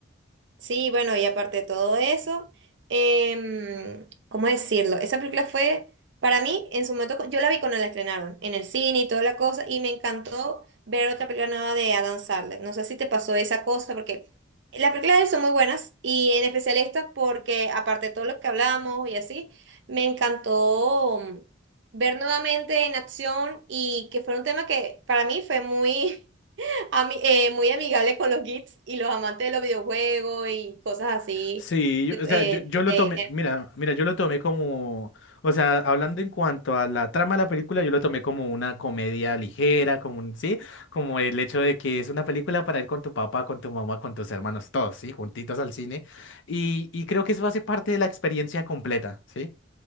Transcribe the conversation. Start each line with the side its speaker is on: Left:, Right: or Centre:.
Right: sí, bueno, y aparte de todo eso, em, ¿cómo decirlo? Esa película fue, para mí, en su momento, yo la vi cuando la estrenaron, en el cine y toda la cosa, y me encantó ver otra película nueva de Adam Sandler. No sé si te pasó esa cosa, porque las películas de él son muy buenas, y en especial esta, porque aparte de todo lo que hablamos y así, me encantó mm, ver nuevamente en acción, y que fue un tema que para mí fue muy... <laughs> Ami- eh, muy amigable con los geeks y los amantes de los videojuegos y cosas así.
Left: Sí, yo-
Right: de-
Left: o sea,
Right: eh,
Left: yo, yo lo
Right: de-
Left: tomé, mira, mira, yo lo tomé como, o sea, hablando en cuanto a la trama de la película, yo lo tomé como una comedia ligera, como un, sí, como el hecho de que es una película para ir con tu papá, con tu mamá, con tus hermanos, todos, sí, juntitos al cine, y, y creo que eso hace parte de la experiencia completa, ¿sí?